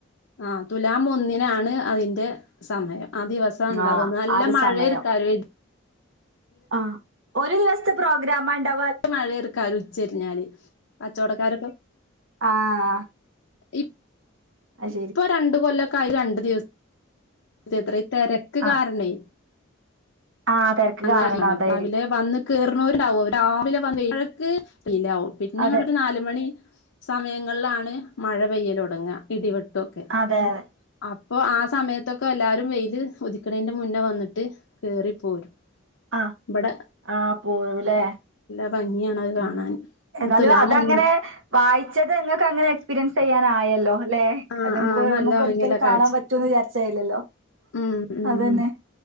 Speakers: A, on the left (about 75°); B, on the right (about 70°).
A: ആ തുലാം ഒന്നിനാണ് അതിന്റെ എഹ് സമയം. ആ ദിവസാ ഉണ്ടാവാ.
B: ആഹ്
A: നല്ല
B: ആ ഒരു
A: മഴേര്
B: സമയം.
A: ഉ
B: ആഹ് ഒരു ദിവസ്ത്തെ പ്രോഗ്രാമാണ്ടാ
A: മഴെര്ക്കാലുച്ചരിഞ്ഞാല് കച്ചവടക്കാരൊക്കെ
B: ആഹ്
A: ഇ
B: അത്
A: ഇപ്പ
B: ശരി.
A: രണ്ട് കൊല്ല കായി രണ്ട് ദിവസം അത്രയും തിരക്ക്
B: ആഹ്
A: കാരണെ
B: ആഹ് തെരക്ക്
A: അങ്ങനെയാണ്
B: കാരണം അതായിരിക്കും.
A: രാവിലെ വന്ന് കേറുന്നോരുണ്ടാവുംരാവിലെ വന്ന് <unintelligible> പിന്നെ
B: അതെ
A: ങ്ങ ഒരു നാലു മണി സമയങ്ങളിലാണ് മഴ പെയ്യൽ തുടങ്ങുക ഇടിവെട്ട് ഒക്കെഅപ്പൊ
B: അതെ അതെ.
A: ആ സമയത്തൊക്കെ ക്ക എല്ലാരും വെയിയില് ഉദക്കണേന്റെ മുന്നേ വന്നിട്ട് കേറിപ്പോരും
B: ആഹ്
A: ഇവിടെ
B: ആഹ് പോവൂലേ.
A: <unintelligible> അത് കാണാൻ
B: ഉം ഏതായാലും
A: തുലാമൊന്നിൽ
B: അതങ്ങനെ വായിച്ചത് നിങ്ങൾക്ക് അങ്ങനെ എക്സ്പീരിയൻസ് ചെയ്യാ ആയല്ലോ അല്ലെ
A: ആ
B: അത് നമുക്ക്
A: ആ നല്ല ഭംഗിയുള്ള
B: ഒരിക്കലും
A: കാഴ്ച
B: കാണാൻ പറ്റൂന്ന് വിചാരിച്ചായില്ലല്ലോ
A: ഉം ഉം
B: അതന്നെ